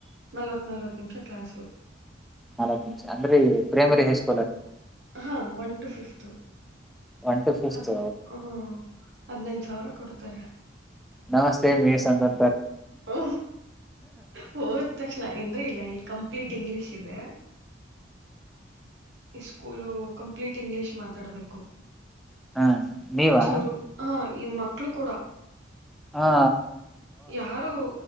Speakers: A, on the right (about 65°); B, in the centre.
A: ನಲ್ವತ್ ನಲ್ವತ್ ನಿಮಿಷ ಕ್ಲಾಸು
B: ನಾಲ್ಕ ನಿಮಿಷ ಅಂದ್ರೆ ಪ್ರೈಮರಿ ಹೆಸ್
A: ಹಾ one two fifth
B: one two fifth
A: ಹದ್ ಹ್ಮ ಹದನೈದು ಸಾವಿರ ಕೊಡ್ತಾರೆ
B: ನಮಸ್ತೆ ಮೇಸ ಅಂತೇ
A: ಓ ಹೋದ ತಕ್ಷಣ ಎಂದ್ರೆ ಇಲ್ಲ ಇಲ್ಲಿ ಕಂಪ್ಲೀಟ್ ಇಂಗ್ಲಿಷ್ ಇದೇ ಸ್ಕೂಲು ಕಂಪ್ಲೀಟ್ ಇಂಗ್ಲಿಷ್ ಮಾತಾಡ್ಬೇಕು
B: ಹ ನೀವಾ
A: ಒಂಚೂರು ಹಾ ಈ ಮಕ್ಳು ಕೂಡ
B: ಹಾ
A: ಯಾರು